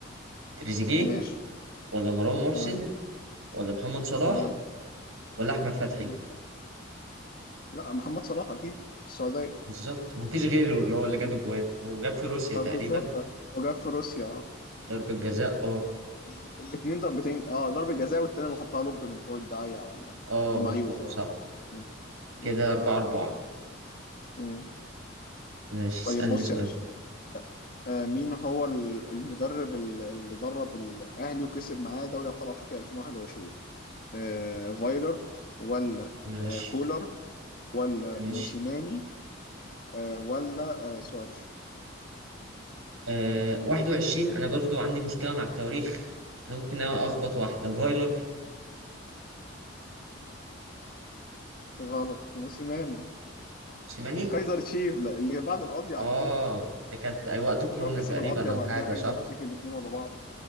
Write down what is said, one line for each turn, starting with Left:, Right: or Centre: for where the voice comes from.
Right: تريزيجيه
Left: ماشي
Right: ولا مروان محسن
Left: تمام
Right: ولا محمد صلاح
Left: تمام
Right: ولا أحمد فتحي
Left: مم. لا محمد صلاح اكيد السعوديه
Right: بالظبط مفيش غيره اللي هو اللي جاب
Left: مم.
Right: الجوان وجاب في روسيا
Left: آه
Right: تقريبا
Left: بالظبط وجاب في روسيا
Right: ضربة جزاء اه
Left: ال- الاتنين ضربتين اه ضربة جزاء والتاني اللي حطها لوب من فوق الداعية ولا
Right: اه
Left: المعيوف
Right: من فوق
Left: اه
Right: صح
Left: مم.
Right: كده
Left: مم.
Right: أربعة أربعة
Left: مم.
Right: ماشي
Left: طيب
Right: اسألني
Left: بص
Right: سؤال
Left: يا باشا آه مين هو ال- المدرب ال- اللي درب الأهلي وكسب معاه دوري أبطال أفريقيا 2021 آه فايلر ولا
Right: ماشي
Left: آه كولر ولا
Right: ماشي
Left: موسيماني آه ولا آه سوارش
Right: آه 21 أنا برضو عندي مشكلة مع التواريخ أنا ممكن أخبط واحدة فايلر
Left: غلط موسيماني
Right: سيماني
Left: كايزر تشيف لا، اللي بعد القضية
Right: اه
Left: على طول
Right: ده كانت أي وقت كورونا
Left: مش هو كسب
Right: تقريبا
Left: القضية وبعديها
Right: أو حاجة
Left: كايزر
Right: صح
Left: تشيف الاتنين ورا بعض